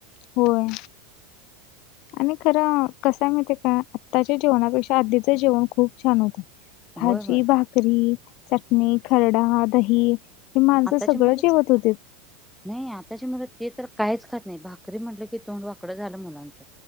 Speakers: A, on the left (about 55°); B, in the centre.
A: होय आणि खरं कसा माहती का आत्ताच्या जेवणापेक्षा आधीचं जेवण खूप छान होतं भाजी
B: होय होय
A: भाकरी चटणी खरडा दही हे माणसं
B: आताच्या
A: सगळं
B: मध्ये
A: जेवत होते
B: नाही आताची मुलं ते तर काहीच खात नाही भाकरी म्हटलं की तोंड वाकडं झालं मुलांचं